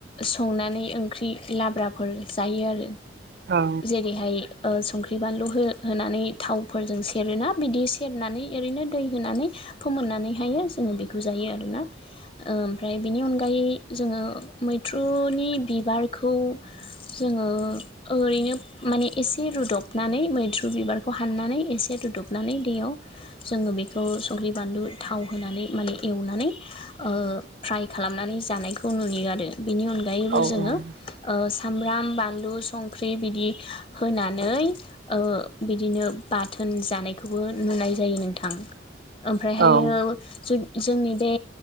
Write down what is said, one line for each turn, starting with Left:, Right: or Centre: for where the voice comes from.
Left: संनानै ओंख्रि लाब्राफोर जायो हायो आरो
Right: औ
Left: जेरैहाय ओ संख्रि बानलु हो होनानै थावफोरजों सेरोना बिदि सेरनानै ओरैनो दै होनानै फोमोननानैहायो जोङो बेखौ जायो आरोना ओ ओमफ्राय बिनि अनगायै जोङो मैथ्रुनि बिबारखौ जोंङो ओरैनो माने एसे रुदबनानै मैथ्रु बिबारखौ हाननानै एसे रुदबनानै दैयाव जोंङो बेखौ संख्रि बानलु थाव होनानै माने एवनानै ओ फ्राय खालामनानै जानायखौ नुयो आरो बेनि अनगायैबो
Right: औ
Left: जोंङो
Right: औ
Left: ओ सामब्राम बानलु संख्रि बिदि होनानै ओ बिदिनो बाथो होनजानायखौबो नुनाय जायो नोंथां। ओमफ्रायहायो
Right: औ औ
Left: जो-जोंनि बे